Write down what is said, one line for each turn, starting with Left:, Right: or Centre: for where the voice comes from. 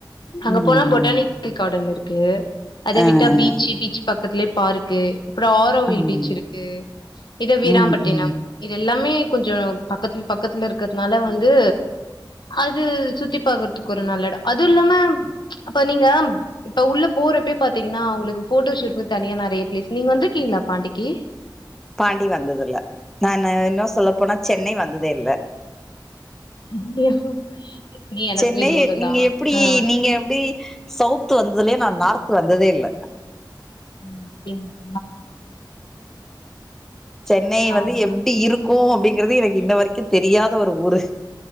Left: அங்க
Centre: ம்
Left: போனா பொட்டானிக்கல் கார்டன் இருக்கு கு அத
Centre: ஆ
Left: விட்டா
Centre: ஆ
Left: பீச் பீச்ச பக்கம் பக்கத்துலயே பாருக்கு அப்புறம் ஆரோவில்
Centre: ம்
Left: பீச் இருக்கு இத வீராாம்பட்டினம்
Centre: ம் ம்
Left: இத எல்லாமே கொஞ்சம் பக்கத்துல இருக்கிறதுனால வந்து அது சுத்தி பாக்குறதுக்கு ஒரு நல்ல இடம் அதுவும் இல்லாம அப்ப நீங்க இப்ப உள்ள போறப்ப பாத்தீங்கன்னா உங்களுக்கு போட்டோ ஷூடன்னு தனியா நிறைய பிளேஸ் நீங்க வந்திருக்கீங்களா பாண்டிகி
Centre: பாண்டி வந்ததுல நான் இன்னும் சொல்ல போனா சென்னை வந்ததே இல்ல
Left: <unintelligible> நீ எனக்குமே
Centre: சென்னை
Left: தூரந்தா
Centre: நீங்க எப்படி
Left: ஆ
Centre: நீங்க எப்படி சவிட்டு வந்ததுலே நான் நார்து வந்ததே இல்லை
Left: உம் அப்படிங்கல
Centre: சென்னை
Left: ஆமா
Centre: வந்து எப்டி இருக்கும்
Left: ம்
Centre: அப்டிங்கறது எனக்கு இன்ன வரைக் க்கு தெரியாத ஒரு ஊரு